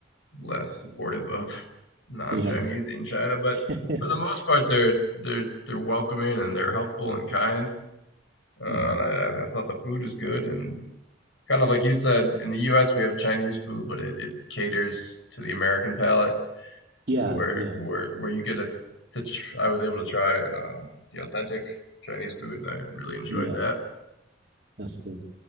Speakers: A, on the left; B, on the right.
A: less supportive of <laughs> non-Chinese
B: yeah.
A: in China, but
B: <laughs>
A: for the most part, they're they're they're welcoming and they're helpful
B: That's
A: and
B: good.
A: kind. Uh,
B: hmm
A: and I, I thought the food was good and kind of like you said, in the U.S. we have Chinese food, but it, it caters to the American palate,
B: Yeah,
A: where
B: yeah,
A: where where you get a to tr I was able to try um, the authentic Chinese food, and I really enjoyed
B: yeah.
A: that.
B: That's good.